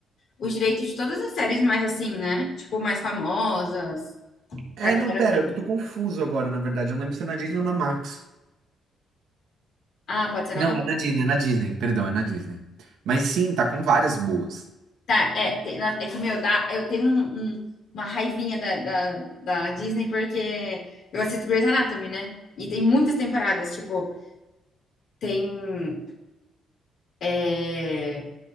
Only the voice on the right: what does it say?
É,
não, pera,
eu tô confuso agora, na verdade. Eu não lembro se é na Disney ou na Max.
Não,
é na
Disney, é na Disney, perdão, é na Disney. Mas sim, tá com várias boas.